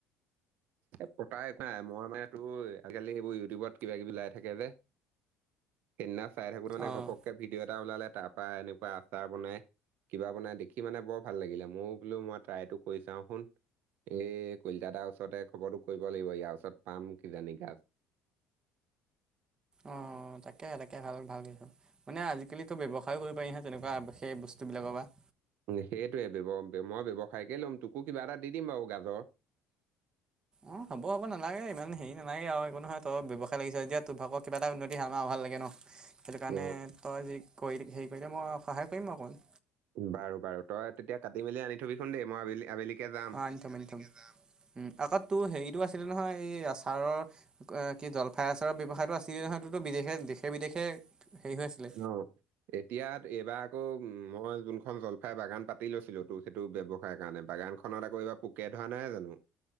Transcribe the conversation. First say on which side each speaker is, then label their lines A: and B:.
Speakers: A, on the right (about 60°); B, on the right (about 25°).
A: এ পতাই এক নাই মই মানে তোৰ আজালি এইবোৰ ইউটিউবত কিবা কিবি লাই থাকে যে সেইদিনা চাই থাকো মানে
B: অঁ
A: ঘপককে ভিডিঅ' এটা ওলালে তাৰ পৰা এনেকুৱা আচাৰ বনাই কিবা বনাই দেখি মানে বৰ ভাল লাগিলে মইো বোলো মই ট্ৰাইটো কৰি চাওঁ শুন এই কলিতাাৰ ওচৰতে খবৰটো কৰিব লাগিব ইয়াৰ ওচৰত পাম কিজানি গাছ
B: অ তাকে তাকে ভাল ভাল কিছ মানে আজি আজিকিতো ব্যৱসায়ো কৰিব পাৰিহে তেনেকুৱা সেই বস্তুবিলাকৰ পৰা
A: সেইটোৱেৱ মই ব্যৱসায়কে ল'ম তোকো কিবা এটা দি দিম বাৰু গাজৰ
B: অ হব হব নালাগে ইমান হেৰি নালাগে আৰু একো নহয় তই ব ব্যৱসায় লাগিছে এতিয়া তোৰ ভাগত কিবা এটা উন্নতি হাৰমাৰ অ ভাল লাগে ন সেইটো কাৰণে
A: অ
B: তই যি কৰি হেৰি কৰিলে মই সহায় কৰিম অকণ
A: বাৰু বাৰু তই তেতিয়া কাটি মেলি আনি থবি খোন দ মইবেলি আবেলি যাম
B: অ আনি থম আনি থম উম আকৌ তোৰ হেৰিতটো আছিলে নহয় এই আচাৰৰ অ কি জলফাই আচাৰৰ ব্যয়ৱসায়টো আছিলে নহয়ো বিদেশে দেশে বিদেশে হেৰি হৈ আছিলে
A: অ এতিয়া এইবাৰ আকৌ মই যোনখন জলফাই বাগান পাতি লৈছিলো তো সেইটো ব ব্যয়ৱসায়ৰ কাৰণে বাগানখন খন এটা কৰিবা পোকে ধৰা নাই জানো